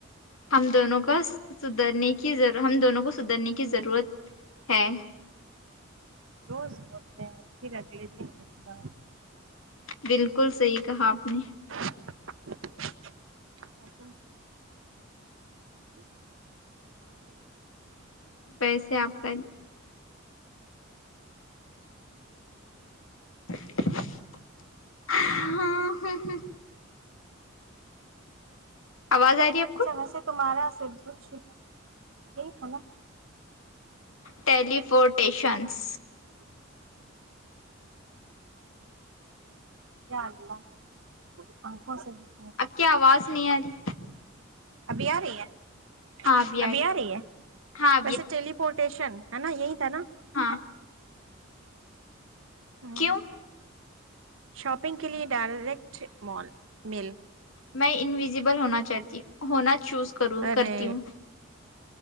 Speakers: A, on the left; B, on the right.
A: ہم دونوں کونے ہم دونوں کو سدھرنے کی ضرورت ہے
B: روز متے ہیں پھر اگلے د کا
A: بالکل صحی کہا آپ نے
B: <inaudible>
A: پیسے آپ کا <inaudible> آواز آ رہی ہے آپ
B: اچھا
A: کو
B: ویسے تمہارا س شپ یہ تھا تھا نا
A: ٹیلیفورٹیشنس
B: جی جانا ہمم کو ہو س بھی
A: اب کیا آواز نہیں آ رہی
B: ابھی آ رہی ہیں
A: ہاں آئی
B: ابھی آ رہی ہے
A: ہاں
B: ویسے ٹیلی پورٹیشن ہ نا یہی ت نا
A: آ
B: ہوں،
A: کیوں
B: شاپنگ کے لیے ڈائریکٹ مال مل
A: میں انوزیبل ہونا چاہتی ہ ہونا چوز کر
B: ارے
A: کرتی ہوں